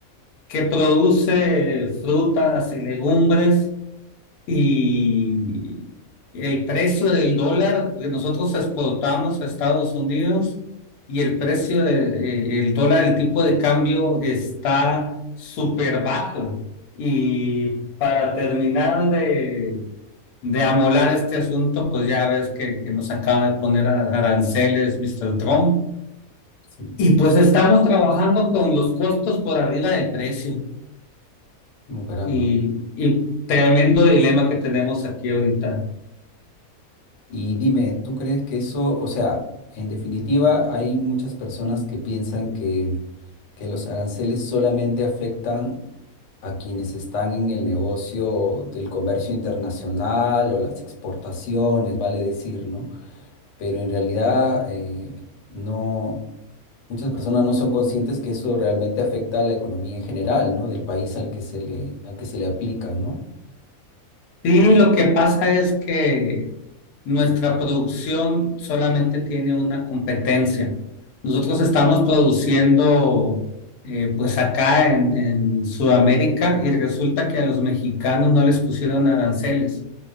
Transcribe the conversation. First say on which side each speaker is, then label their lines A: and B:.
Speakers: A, on the left; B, on the left.
A: que produce frutas y legumbres. Y el precio del dólar que nosotros exportamos a Estados Unidos y el precio del dólar, el tipo de cambio está súper bajo. Y para terminar de, de amolar este asunto, pues ya ves que, que nos acaba de poner a- aranceles, Mister Trump.
B: Sí,
A: Y pues estamos trabajando con los costos por arriba del precio.
B: como caramba.
A: Y, y tremendo dilema que tenemos aquí ahorita.
B: Y dime, ¿tú crees que eso, o sea, en definitiva, hay muchas personas que piensan que, que los aranceles solamente afectan a quienes están en el negocio del comercio internacional o las exportaciones, vale decir, ¿no? Pero en realidad, eh, no, muchas personas no son conscientes que eso realmente afecta a la economía en general, ¿no? Del país al que se le, al que se le aplica, ¿no?
A: Sí, lo que pasa es que nuestra producción solamente tiene una competencia. Nosotros estamos produciendo eh, pues acá en, en Sudamérica y resulta que a los mexicanos no les pusieron aranceles